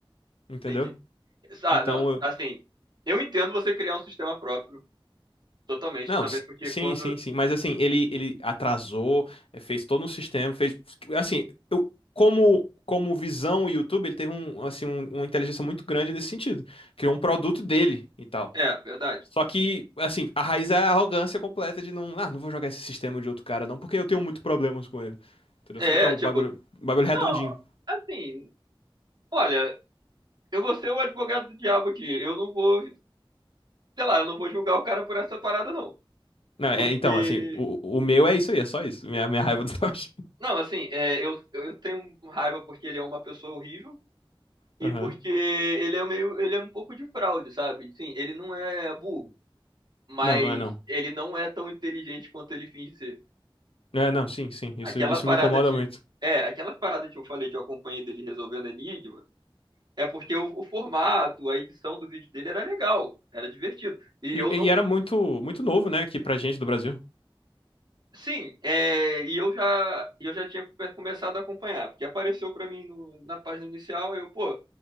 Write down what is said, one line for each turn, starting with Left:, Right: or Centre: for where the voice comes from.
Left: entendeu?
Right: entendi. Ah,
Left: Então,
Right: não,
Left: eu...
Right: assim, eu entendo você criar um sistema próprio, totalmente,
Left: não,
Right: também,
Left: si-
Right: porque
Left: sim,
Right: quando.
Left: sim, sim, mas assim, ele ele atrasou, eh, fez todo um sistema, fez assim, eu, como como visão o YouTube, ele teve um assim um- uma inteligência muito grande nesse sentido, criou um produto dele e tal.
Right: É, verdade.
Left: Só que, assim, a raiz é a arrogância completa de não, ah, não vou jogar esse sistema de outro cara, não, porque eu tenho muito problemas com ele. Entendeu?
Right: É,
Left: Sendo que é um
Right: tipo,
Left: bagulho, um bagulho redondinho.
Right: Não, assim, olha, eu vou ser o advogado do diabo aqui. Eu não vou, sei lá, eu não vou julgar o cara por essa parada, não.
Left: Não, é,
Right: Porque,
Left: então, assim, o, o meu é isso aí, é só isso. Minha, minha raiva do Toshi.
Right: não, assim, é, eu, eu tenho raiva porque ele é uma pessoa horrível e
Left: <laughs> Aham.
Right: porque ele é meio, ele é um pouco de fraude, sabe? Sim, ele não é burro, mas
Left: Não, não é não.
Right: ele não é tão inteligente quanto ele finge ser.
Left: Não É, não, sim, sim. Isso,
Right: Aquela
Left: isso
Right: parada
Left: me incomoda
Right: de.
Left: muito.
Right: É, aquela parada que eu falei que eu acompanhei dele resolvendo enigma, é porque o, o formato, a edição do vídeo dele era legal, era divertido. E
Left: E,
Right: eu
Left: e
Right: não
Left: era muito, muito novo, né, aqui pra gente do Brasil.
Right: Sim, é, e eu já, e eu já tinha come- começado a acompanhar, porque apareceu pra mim no- na página inicial, eu, pô,